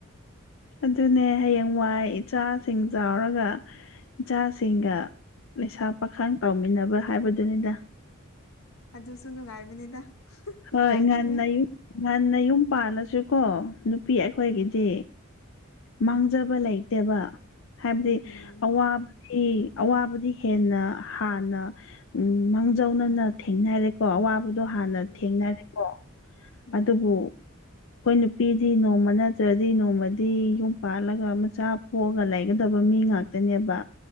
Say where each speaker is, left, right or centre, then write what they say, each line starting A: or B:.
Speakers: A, on the left; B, on the left.
A: ꯑꯗꯨꯅꯦ ꯍꯌꯦꯡꯋꯥꯏ ꯏꯆꯥꯁꯤꯡ ꯆꯥꯎꯔꯒ ꯏꯆꯥꯁꯤꯡꯒ ꯂꯩꯁꯥ ꯄꯥꯈꯥꯡ ꯇꯥꯎꯃꯤꯟꯅꯕ ꯍꯥꯏꯕꯗꯨꯅꯤꯅ
B: ꯑꯗꯨꯁꯨ ꯅꯨꯡꯉꯥꯏꯕꯅꯤꯗ ꯅꯨꯡꯉꯥꯏꯈꯤꯅꯤ
A: ꯍꯣꯏ ꯉꯟꯅꯨꯝ ꯉꯟꯅ ꯌꯨꯝ ꯄꯥꯜꯂꯁꯨꯀꯣ ꯅꯨꯄꯤ ꯑꯩꯈꯣꯏꯒꯤꯗꯤ
B: ꯎꯝ
A: ꯃꯥꯡꯖꯕ ꯂꯩꯇꯦꯕ ꯍꯥꯏꯕꯗꯤ
B: ꯎꯝ
A: ꯑꯋꯥꯕꯩ ꯑꯋꯥꯕꯗꯤ ꯍꯦꯟꯅ ꯍꯥꯟꯅ ꯎ ꯃꯥꯡꯖꯧꯅꯅ ꯊꯦꯡꯅꯔꯦꯀꯣ ꯑꯋꯥꯕ ꯗꯣ ꯍꯥꯟꯅ
B: ꯎꯝ
A: ꯊꯦꯡꯅꯔꯦꯀꯣ
B: ꯎꯝ
A: ꯑꯗꯨꯕꯨ ꯑꯩꯈꯣꯏ ꯅꯨꯄꯤꯗꯤ ꯅꯣꯡꯃ ꯅꯠꯇ꯭ꯔꯗꯤ ꯅꯣꯡꯃꯗꯤ ꯨꯝ ꯄꯥꯜꯂꯒ ꯃꯆꯥ ꯄꯣꯛꯑꯒ ꯂꯩꯒꯗꯕ ꯃꯤ ꯉꯥꯛꯇꯅꯦꯕ